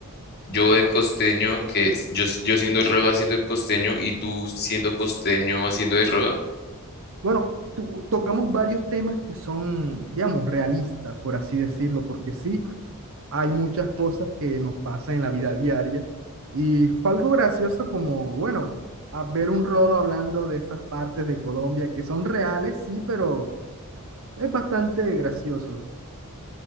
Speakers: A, on the left (about 45°); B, on the right (about 65°).
A: yo de costeño, que es- yo, yo siendo rolo haciendo de costeño y tú siendo costeño haciendo de rolo?
B: Bueno, tu- tocamos varios temas que son, digamos, realistas, por así decirlo, porque sí, hay muchas cosas que nos pasan en la vida diaria y fue algo gracioso como, bueno, a ver un rolo hablando de esas partes de Colombia que son reales, sí, pero es bastante gracioso.